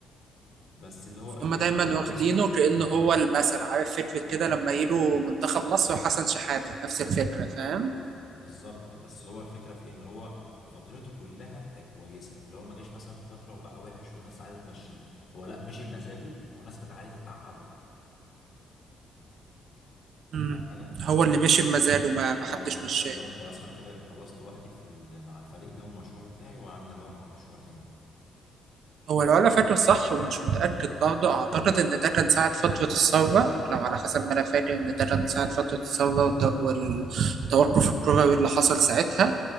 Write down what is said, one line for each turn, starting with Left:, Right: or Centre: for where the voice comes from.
Left: بس اللي هو يعني
Right: هما دايما
Left: هو
Right: واخدينه
Left: ميزته
Right: كأنه هو المثل عارف فكرة كده لما يجوا منتخب مصر وحسن شحاتة نفس الفكرة فاهم
Left: بالظبط بس هو الفكرة في إيه إن هو فترته كلها كانت كويسة اللي هو ما جاش مثلا في فترة وبقى وحش والناس عايزة تمشيه هو لأ مشي بمزاجه والناس كانت عايزة تقعده
Right: مم.
Left: فاهم حاجة؟
Right: هو اللي ماشي بمزاجه ما ما
Left: اه
Right: حدش مشاه
Left: قال لهم خلاص انا كده خلصت وقتي في ال- مع الفريق ده والمشروع بتاعي وعندي ادور على مشروع تاني
Right: هو لو انا فاكر صح ومش متاكد برضه اعتقد ان ده كان ساعه فتره الثوره لو على حسب ما انا فاكر ان ده كان ساعه فتره الثوره والت- والتوقف الكروي اللي حصل ساعتها